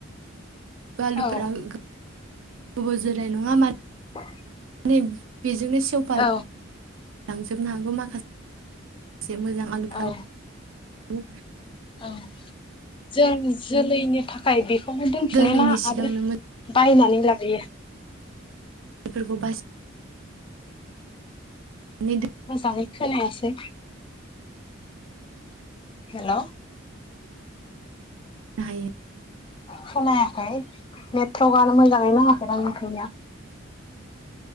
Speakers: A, on the right; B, on the left.
A: लुफ्रा
B: औ
A: गो <unintelligible> बाव जोरनाय नंङा मा
B: <inaudible>
A: <unintelligible> बेजोंनो सेवफा
B: औ
A: लांजोबनो हागौ माखासे। एसे मोजां आलुफ्रा
B: औ
A: बो
B: औ जों जोलैनि थाखाय बेखौहाय दोनफिनो
A: दोनैनि
B: ना
A: सिगांनो
B: आरो बायनानै लाबोयो?
A: बेफोरखौ बास <inaudible>
B: मोजाङै खोनायासै। हेल'
A: हायो
B: खोनायाखै नेटवर्कआनो मोजाङै नाङाखैदां ओंखायनो।